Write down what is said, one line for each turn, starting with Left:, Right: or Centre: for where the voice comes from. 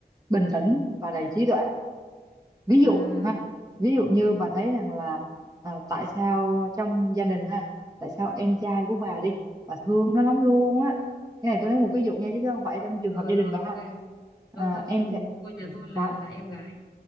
Right: bình tĩnh và đầy trí tuệ ví dụ
Left: à
Right: ha ví dụ như bà thấy rằng là à, tại sao trong gia đình ha tại sao em trai của bà đi bà thương nó lắm luôn á cái này tôi lấy một ví dụ nha chứ không phải trong trường
Left: rồi
Right: hợp gia
Left: rồi
Right: đình bà
Left: ok.
Right: ha. à,
Left: Tôi không
Right: em
Left: ừ,
Right: trai-
Left: tôi nhà tôi là
Right: bà
Left: là em gái